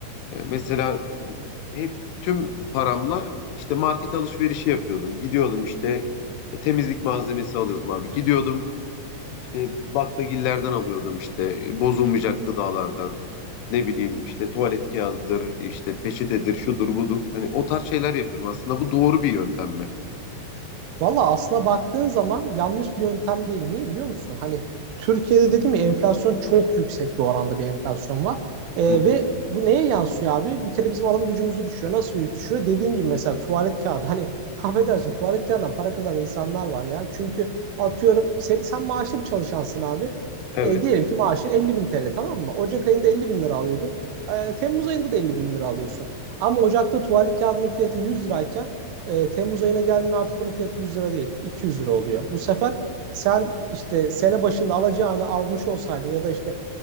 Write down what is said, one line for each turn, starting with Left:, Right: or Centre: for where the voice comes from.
Left: E, Mesela hep tüm paramla işte market alışverişi yapıyordum. Gidiyordum işte e, temizlik malzemesi alıyordum abi. Gidiyordum işte baklagillerden alıyordum işte e, bozulmayacak gıdalardan. Ne bileyim işte tuvalet kağıdıdır, işte peçetedir, şudur budur. Hani o tarz şeyler yapıyorum. Aslında bu doğru bir yöntem mi?
Right: Valla aslına baktığın zaman yanlış bir yöntem değil. Niye biliyor musun? Hani Türkiye'de dedim ya enflasyon çok yüksek bir oranda bir enflasyon var. Ee,
Left: Hı hı.
Right: ve bu neye yansıyor abi? Bir kere bizim alım gücümüzü düşürüyor. Nasıl düşürüyor? Dediğin gibi mesela tuvalet kağıdı. Hani <laughs> affedersin tuvalet kağıdından para kazanan insanlar var ya. Çünkü atıyorum sen, sen maaşlı bir çalışansın abi.
Left: Evet.
Right: Ee, diyelim ki maaşın 50 bin TL tamam mı? Ocak ayında 50 bin lira alıyordun. Ee, Temmuz ayında da 50 bin lira alıyorsun. Ama Ocak'ta tuvalet kağıdının fiyatı 100 lirayken e, Temmuz ayına geldiğinde artık onun fiyatı 100 lira değil, 200 lira oluyor. Bu sefer sen işte sene başında alacağını almış olsaydın ya da işte